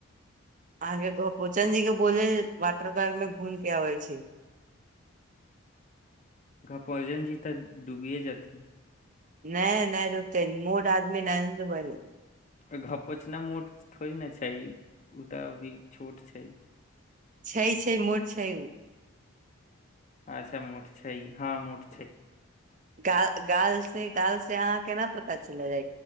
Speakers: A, on the right; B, on the left.
A: अहाँ के पोचन जी के बोले वाटर पार्क में घूम के आबे छ
B: ग पौजन ज तऽ ूबिय जेथि
A: नहि न दतै मूड आदमी न द बै
B: घ पोछना मोट थोड़ ने छै उ तऽ अभी छोट छ
A: छै छै मोट छ
B: अच्छा मट छै ई हँ मर छ
A: ग गाल से गाल से अहाँ केना पता चल जा